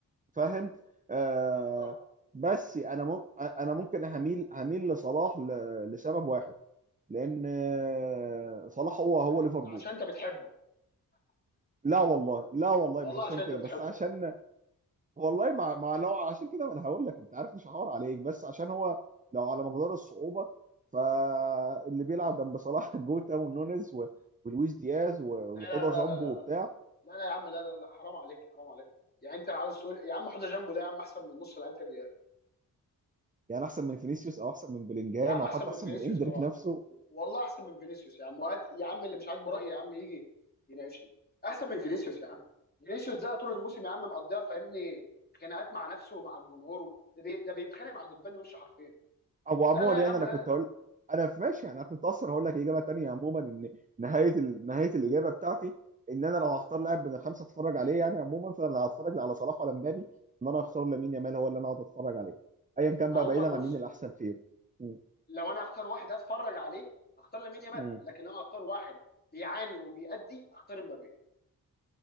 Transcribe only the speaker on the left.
اه
عشان
عشان انت بتحبه
والله
عشان انت
بتحبه
لا
لا
لا لا
لا لا, لا يا عم لا لا لا حرام عليك حرام عليك يعني انت عاوز تقول يا عم حوضه جنبه ده يا عم احسن من نص لعيبه الريال
يا عم
احسن
من
فينيسيوس
طبعا
والله احسن من فينيسيوس يا عم وهات يا عم اللي مش عاجبه رايي يا عم يجي يناقشني احسن من فينيسيوس يا عم فينيسيوس ده طول الموسم يا عم مقضيها فاهمني خناقات مع نفسه ومع الجمهور ده, بي... ده بيتخانق مع دبان وشه حرفيا
لا لا يا
عم
لا
لا
ما
هو
بص
لو انا اختار واحد اتفرج عليه اختار لامين يامال
لكن لو انا اختار واحد بيعاني وبيأدي اختار مبابي